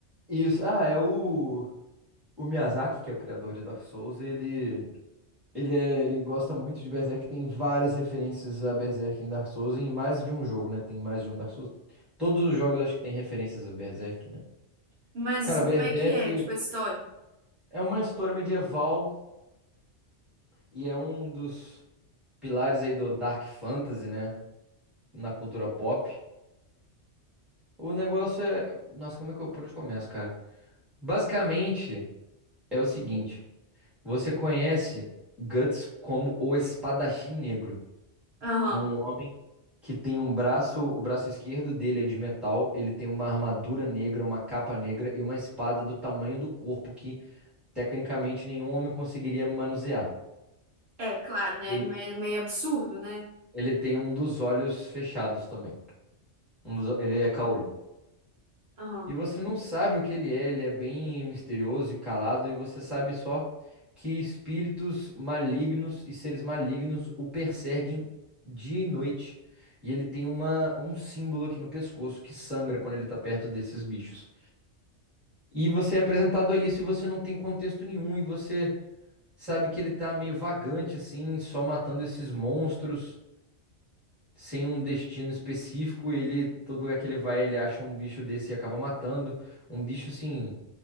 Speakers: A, in the centre; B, on the right (about 65°).
A: E Isso, ah, é o, o Miyazaki, que é o criador de Dark Souls, ele Ele, é- ele gosta muito de Berserk, tem várias referências a Berserk em Dark Souls, e em mais de um jogo, né? Tem mais de um Dark Souls. Todos os jogos acho que tem referências a Berserk, né?
B: Mas
A: Cara,
B: como
A: Berserk
B: é que é, tipo, a história?
A: é uma história medieval e é um dos pilares aí do Dark Fantasy, né? Na cultura pop. O negócio é. Nossa, como é que eu. Por onde começo, cara? Basicamente é o seguinte: você conhece Guts como o Espadachim Negro.
B: Aham.
A: É um homem que tem um braço, o braço esquerdo dele é de metal, ele tem uma armadura negra, uma capa negra e uma espada do tamanho do corpo que tecnicamente nenhum homem conseguiria manusear.
B: É, claro, né?
A: Ele,
B: Me- Meio absurdo, né?
A: ele tem um dos olhos fechados também. Um dos, ele é caolho.
B: Aham.
A: E você não sabe o que ele é, ele é bem misterioso e calado, e você sabe só que espíritos malignos e seres malignos o perseguem dia e noite. E ele tem uma, um símbolo aqui no pescoço que sangra quando ele tá perto desses bichos. E você é apresentado a isso e você não tem contexto nenhum e você sabe que ele tá meio vagante assim, só matando esses monstros sem um destino específico. Ele, todo lugar que ele vai, ele acha um bicho desse e acaba matando. Um bicho assim